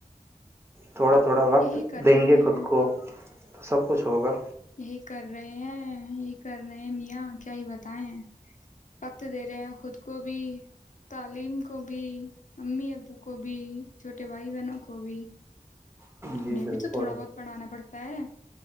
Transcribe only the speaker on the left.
یہی کر
رہے
ہیں
یہی کر رہے ہیں یہی کر رہے ہیں میاں کیا ہی بتائے وقت دے رہے ہیں خود کو بھی تعلیم کو بھی امی ابو کو بھی چھوٹے بھائی بہنوں کو بھی
انہیں
بھی تو تھوڑا بہت پڑھانا پڑتا ہے